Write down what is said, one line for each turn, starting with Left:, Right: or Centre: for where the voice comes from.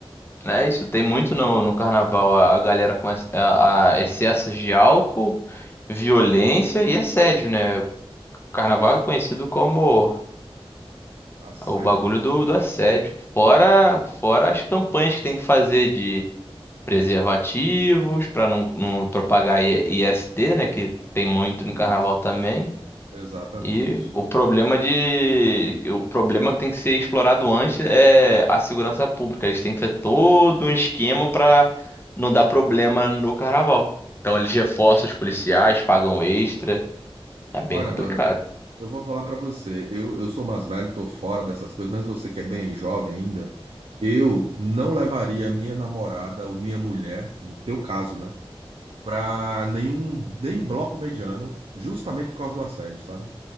Left: É isso, tem muito no, no carnaval a, a galera com essa- a, a excessos de álcool, violência e assédio, né? O carnaval
Right: Ixi,
Left: é conhecido como
Right: assédio.
Left: o bagulho do, do assédio. Fora, fora as campanhas que tem que fazer de preservativos para não, não propagar I- IST, né? Que tem muito no
Right: Isso,
Left: carnaval também.
Right: exatamente.
Left: E o problema de. O problema que tem que ser explorado antes é a segurança pública. Eles têm que fazer todo um esquema para não dar problema no carnaval. Então eles reforçam os policiais, pagam extra. É bem
Right: Olha,
Left: complicado.
Right: mano, eu vou falar pra você. Eu, eu sou mais velho, tô fora dessas coisas, mas você que é bem jovem ainda. Eu não levaria minha namorada ou minha mulher, no teu caso, né, para nenhum nem bloco mediano, justamente por causa do assédio, sabe?